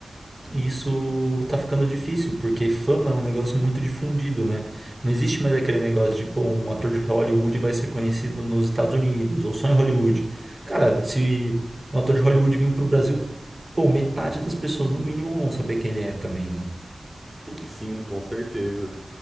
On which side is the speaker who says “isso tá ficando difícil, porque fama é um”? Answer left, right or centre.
Right